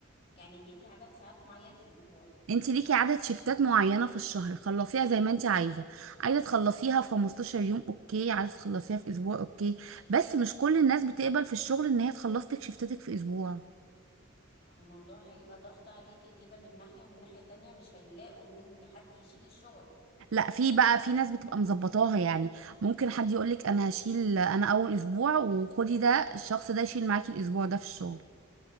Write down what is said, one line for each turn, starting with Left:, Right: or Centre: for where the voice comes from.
Left: يعني ليكي عدد ساعات معين في الاسبوع
Right: انت ليكي عدد شفتات معينة في الشهر خلصيها زي ما انت عايزة عايزة تخلصيها في 15 يوم اوكي عايزة تخلصيها في اسبوع اوكي بس مش كل الناس بتقبل في الشغل ان هي تخلص لك شفتاتك في اسبوع
Left: ما هو الموضوع هيبقى ضغط عليكي كده من ناحية ومن ناحية تانية مش هيلاقوا ان إن حد يشيل الشغل
Right: لا في بقى في ناس بتبقى مظبطاها يعني ممكن حد يقولك انا هشيل انا اول اسبوع وخدي ده الشخص ده يشيل معاكي الاسبوع ده في الشغل